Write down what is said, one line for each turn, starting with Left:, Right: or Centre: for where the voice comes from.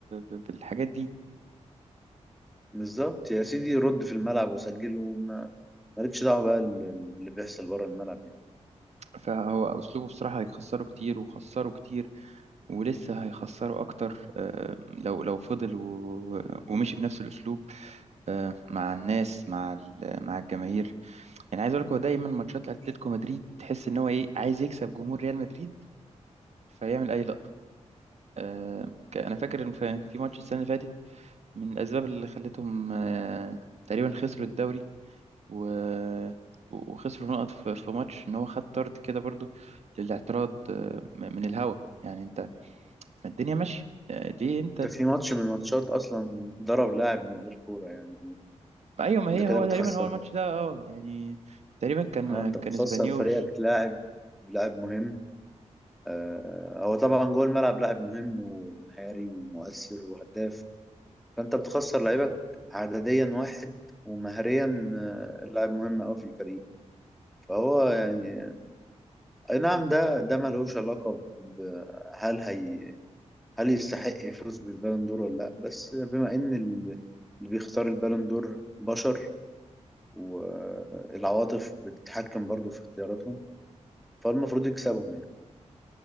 Right: ب- بالحاجات دي
Centre: بالظبط يا سيدي رد في الملعب وسجل وما مالكش دعوة بقى ال- اللي بيحصل بره الملعب يعني.
Right: فهو اسلوبه بصراحه هيخسره كتير وخسره كتير ولسه هيخسروا أكتر آه، لو لو فضل و- ومشي بنفس الأسلوب آه، مع الناس مع ال- مع الجماهير يعني عايز أقول لك هو دايما ماتشات أتلتيكو مدريد تحس إن هو إيه عايز يكسب جمهور ريال مدريد فيعمل أي لقطة آه، ك- أنا فاكر إن في في ماتش السنة اللي فاتت من الأسباب اللي خلتهم آه، تقريبا خسروا الدوري و- وخسروا نقط في في ماتش إن هو خد طرد كده برضو للاعتراض آه، من الهوا يعني أنت ما الدنيا ماشية آه، ليه أنت
Centre: ده في ماتش من الماتشات اصلا ضرب لاعب من غير كورة يعني
Right: ايوه ما هي
Centre: انت كده
Right: هو
Centre: بتخسر
Right: تقريبا هو الماتش ده اه يعني تقريبا كان
Centre: اه انت بتخسر
Right: كان اسبانيول
Centre: فريقك لاعب لاعب مهم آه، هو طبعا جوه الملعب لاعب مهم ومهاري ومؤثر وهداف فانت بتخسر لعيبك عدديا واحد ومهريا آه، لاعب مهم قوي في الفريق فهو يعني اي نعم ده ده ملوش علاقة ب- هل هي هل يستحق يفوز بالبالون دور ولا لا بس بما ان ال- اللي بيختار البالون دور بشر والعواطف بتتحكم برضو في اختياراتهم فالمفروض يكسبهم يعني